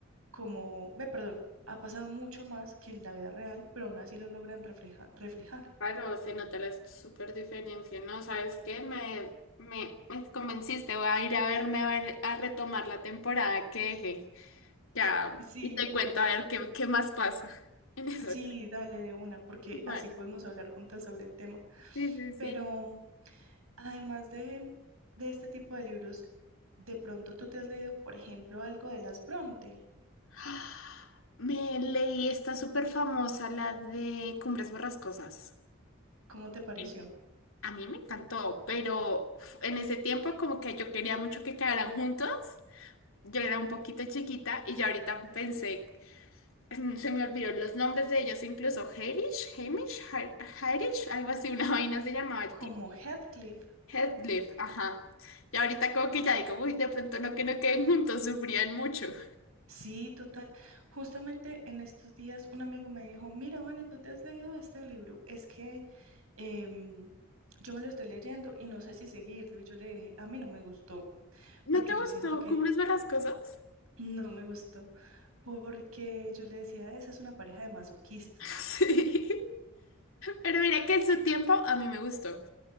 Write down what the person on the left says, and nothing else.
claro, se nota la super diferencia, ¿no? ¿Sabes qué? Me, me, me convenciste, voy a ir a verme a ver, a retomar la temporada que dejé. Ya,
y te cuento a ver qué, qué más pasa <laughs> en esas.
Vale.
Sí, sí, sí.
<gasps> Me leí esta súper famosa, la de Cumbres Borrascosas.
Me-
A mí me encantó, pero uf, en ese tiempo como que yo quería mucho que quedaran juntos. Yo era un poquito chiquita y ya ahorita pensé, mm, se me olvidaron los nombres de ellos, incluso Hamish, Hamish, Har- Harish, algo así, una <laughs> vaina se llamaba el
tipo.
Headlift, ajá. Y ahorita como que ya digo, uy, de pronto no que no queden juntos, sufrían mucho.
¿No
te
gustó
Cumbres Borrascosas? <laughs>
Sí. Pero mira que en su tiempo a mí me gustó.